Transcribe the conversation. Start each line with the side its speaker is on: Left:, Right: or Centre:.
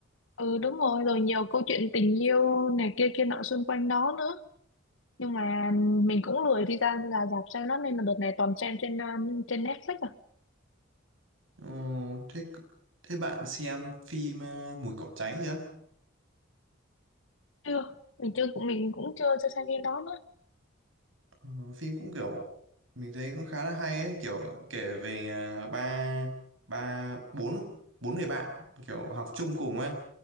Left: Ừ đúng rồi rồi nhiều câu chuyện tình yêu này kia kia nọ xung quanh đó nữa nhưng mà mình cũng lười đi ra ra rạp xem nó nên là đợt này toàn xem trên ờ, trên Netflix à
Right: Ờ, thế thế bạn xem phim à, Mùi cỏ cháy chưa?
Left: chưa mình chưa mình cũng chưa chưa xem phim đó nữa
Right: Ờ, phim cũng kiểu mình thấy cũng khá là hay ấy kiểu kể về à, ba ba bốn bốn người bạn kiểu học chung cùng ấy